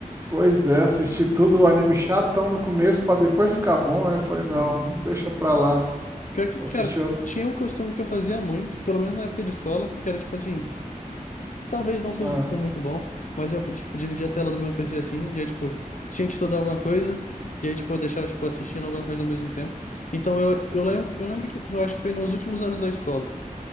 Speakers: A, on the right; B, on the left.
A: Pois é, assisti tudo o anime chatão no começo pra depois ficar bom. Aí eu falei, não,
B: Uhum.
A: deixa pra lá.
B: Pior que,
A: Assisti
B: cara,
A: outro.
B: tinha um costume que eu fazia muito, pelo menos na época de escola, que era tipo assim, Talvez não seja
A: Ah,
B: um costume muito bom, mas eu, tipo, dividia a tela do meu PC assim, e aí, tipo, tinha que estudar alguma coisa, e aí, tipo, eu deixava, tipo, assistindo alguma coisa ao mesmo tempo. Então, eu, eu lembro, eu lembro que, eu acho que foi nos últimos anos da escola,